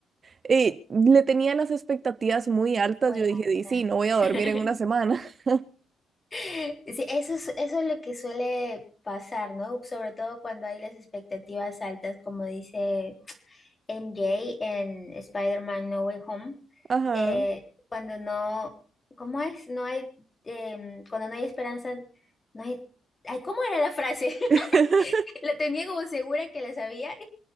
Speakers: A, on the right (about 40°); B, on the left (about 25°).
A: eh, le tenía las expectativas muy altas.
B: muy
A: Yo dije,
B: alta.
A: "Di, sí, no voy a dormir
B: <laughs>
A: en una semana. <laughs>
B: Sí, eso es, eso es lo que suele pasar, ¿no? Sobre todo cuando hay las expectativas altas, como dice. MJ en Spider-Man No Way Home,
A: Ajá.
B: eh, cuando no, ¿cómo es? No hay, em, cuando no hay esperanza, no hay, ay, ¿cómo era la frase?
A: <laughs>
B: <laughs> La tenía como segura que la sabía,